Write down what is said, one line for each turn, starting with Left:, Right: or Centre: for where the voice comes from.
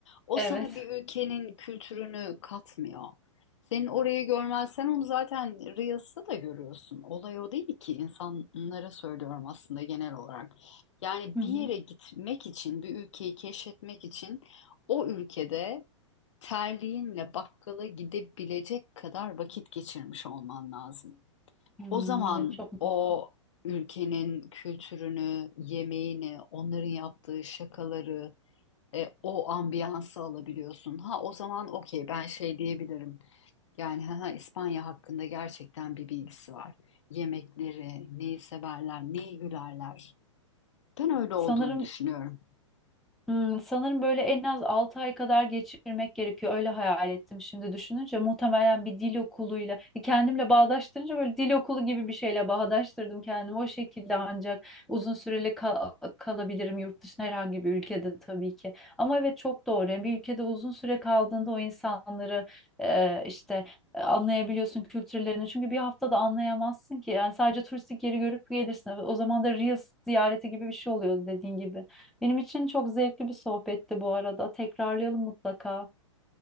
Left: O
Centre: evet.
Left: sana bir ülkenin kültürünü katmıyor. Senin orayı görmezsen onu zaten Reels'ta da görüyorsun. Olay o değil ki insanlara söylüyorum aslında genel olarak. Yani
Centre: Hı hı.
Left: bir yere gitmek için, bir ülkeyi keşfetmek için o ülkede terliğinle bakkala gidebilecek kadar vakit geçirmiş olman lazım.
Centre: Hmm,
Left: O zaman
Centre: evet çok mantıklı.
Left: o ülkenin kültürünü, yemeğini, onların yaptığı şakaları, e, o ambiyansı alabiliyorsun. Ha o zaman okey ben şey diyebilirim. Yani ha, ha, İspanya hakkında gerçekten bir bilgisi var. Yemekleri, neyi severler, neyi gülerler. Ben öyle olduğunu
Centre: Sanırım
Left: düşünüyorum.
Centre: hmm, sanırım böyle en az 6 ay kadar geçirmek gerekiyor. Öyle hayal ettim şimdi düşününce. Muhtemelen bir dil okuluyla kendimle bağdaştırınca böyle dil okulu gibi bir şeyle bağdaştırdım kendimi. O şekilde ancak uzun süreli kal- kalabilirim yurt dışında herhangi bir ülkede tabii ki. Ama evet çok doğru. Yani bir ülkede uzun süre kaldığında o insanları e, işte e, anlayabiliyorsun kültürlerini. Çünkü bir haftada anlayamazsın ki. Yani sadece turistik yeri görüp gelirsin. O zaman da Reels ziyareti gibi bir şey oluyor dediğin gibi. Benim için çok zevkli bir sohbetti bu arada. Tekrarlayalım mutlaka.